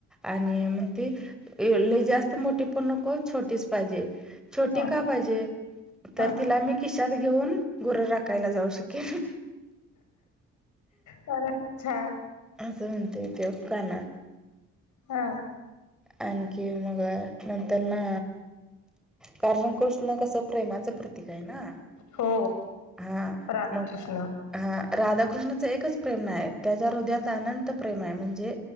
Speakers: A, in the centre; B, on the left.
A: आणि मग ते लय जास्त मोठी पण नको छोटीच पाहिजे. छोटी
B: हा
A: का पाहिजे तर
B: हा
A: तिला मी खिशात घेऊन गोर राखायला जाऊ शकेल.
B: खरच छान
A: असं म्हणते त्यो कान्हा.
B: हा.
A: आणखी मगं नंतर ना कारणं कोशनं कसं प्रेमाचं प्रतीक आहे ना
B: हो
A: हा
B: राधाकृष्ण
A: मग हा राधाकृष्णाच एकच प्रेम नाही आहे त्याच्या हृदयात अनंत प्रेम आहे म्हणजे